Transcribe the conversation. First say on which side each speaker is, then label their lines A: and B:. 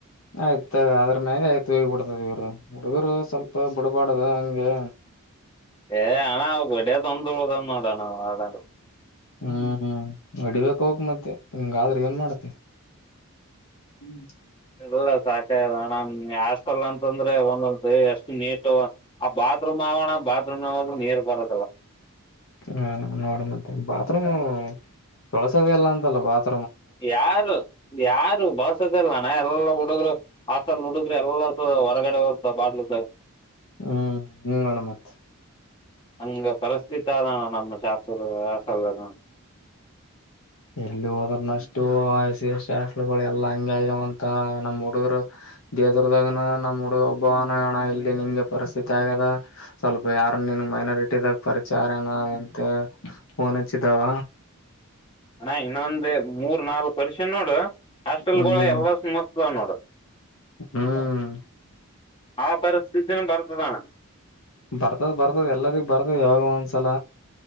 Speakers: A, on the left; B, on the left.
A: ಆಯ್ತ ಅದ್ರ್ಯೆ ಆಯ್ತುಡ ವ ಹುಡುಗರು ಸ್ವಲ್ಪ ಬುಡಬಾಡದ ಹಂಗೆ
B: ಏ ಆಣ ಬೆಡಿಯ ತೊಂದ ಉದಂದೋಡಣ ಅ
A: ಹ್ಮ್ ಅಡಿಬೇಕಕ್ ಹೋಗಕ್ ಮತ್ತೆ ನಿಂಗಾದ್ರೆ ಏನ್ ಮಾಡತಿ ಹ್ಮ್
B: ಇಲ್ಲ ಸಾಕ ಅಣ್ಣ ಹಾಸ್ಟೆಲ್ ಅಂತಂದ್ರೆ ಒಂದೊ ಅ ಅಷ್ಟು ನೀಟ್ ಆ ಬಾತ್ರೂಮ್ ಆಗೋಣ ಬಾತ್ರೂಮ್ ನೀರ್ ಬರದಲ್ಲ
A: ಹ್ಮ ನೋಡ ಮತ್ತೆ ಬಾತ್ರೂಮ್ ತಳಸವೇ ಎಲ್ಲ ಅಂತಲ್ಲ ಬಾತ್ರೂ
B: ಯಾರು ಯಾರು ಬಾವಸದಲ್ಲಣ್ಣ ಎಲ್ಲ ಹುಡುಗರು ಆಲ್ ಹುಡುಗ್ರೆ ಎಲ್ಲ ಸ ಹೊರಗಡೆ ಹ ಬಾಟ್ಲು
A: ಹ್ಮ್ ನಿಂಗ ನೋಣ ಮತ್
B: ಅಂಗ ಪರಿಸಸ್ಥಿತಾದ ನಮ್ಮ ಚಾಪುರು ವಸಲ್ದ
A: ಎಲ್ಲಿ ಹೋದ್ರನಷ್ಟು ಸಿ ಎಸ್ಗಳು ಎಲ್ಲಾ ಹಂಗ ಆಗ್ಯವಂತ ನಮ್ಮ್ ಹುಡುಗರು ದೇದರ್ದಾಗನ ನಮ್ಮ್ ಹುಡುಗ ಒಬ್ಬವನ ಹಣ ಇಲ್ಲಿ ನಿಂಗೆ ಪರಿಸ್ಥಿತಿ ಆಗ್ಯದ ಸ್ವಲ್ಪ ಯಾರ್ ನೀನು ಮೈನಾರಿಟಿ ದಾಗ ಪರಿಚಾರನ ಎಂತ ಫನ್ಚದಾವ
B: ಹಣ ಇನ್ನೊಂದ ಮೂರ್ ನಾಲ್ಕು ವರ್ಷ ನೋಡು ಹಾಸ್ಟೆಲ್ಗಳು
A: ಹ್ಮ್
B: ಎಲ್ಲ ನೋಡ
A: ಹ್ಮ್
B: ಆ ಪರಿಸಸ್ಥಿ ದನ ಬರತದಾನ
A: ಬರ್ತದ ಬರ್ತದ ಎಲ್ಲರಿ ಬರ್ತದ ಯಾವ ಒಂದ್ಸಲ